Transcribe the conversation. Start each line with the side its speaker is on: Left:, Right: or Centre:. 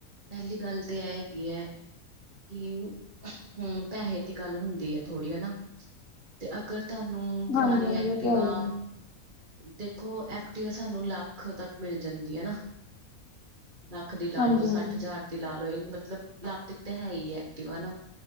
Right: ਪਹਿਲੀ ਗੱਲ ਤੇ ਐਹ ਹੈਗੀ ਐ ਕਿ ਹੂੰ ਪੈਹੇ ਦੀ ਗੱਲ ਹੁੰਦੀ ਆ ਥੋੜੀ ਹਨਾ ਤੇ ਅਗਰ ਤੁਹਾਨੂੰ ਪੁਰਾਣੀ
Left: ਹਾਂਜੀ ਹਾਂਜੀ
Right: ਐਕਟਿਵਾ
Left: ਇਹ ਤੇ ਹੈ ਹੀ ਹੈ
Right: ਦੇਖੋ ਐਕਟਿਵਾ ਸਾਨੂੰ ਲੱਖ ਤੱਕ ਮਿਲ ਜਾਂਦੀ ਆ ਨਾ ਲੱਖ ਦੀ ਲਾ
Left: ਹਾਂਜੀ
Right: ਲਓ
Left: ਹਾਂਜੀ
Right: ਸੱਠ ਹਜ਼ਾਰ ਦੀ ਲਾ ਲਓ ਇਹ ਮਤਲਬ ਲੱਖ ਤੇ ਹੈ ਹੀ ਐਕਟਿਵ ਆ ਨਾ